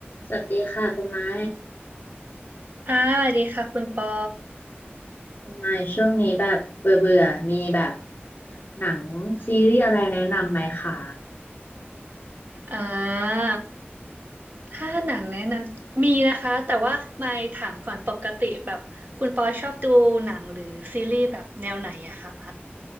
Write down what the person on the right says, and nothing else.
ค่ะสวัสดีค่ะคุณปอ
อ่าถ้าหนังแนะนำมีนะคะแต่ว่าไม่ถามก่อนปกติแบบคุณปอชอบดูหนังหรือซีรีส์แบบแนวไหนอะคะ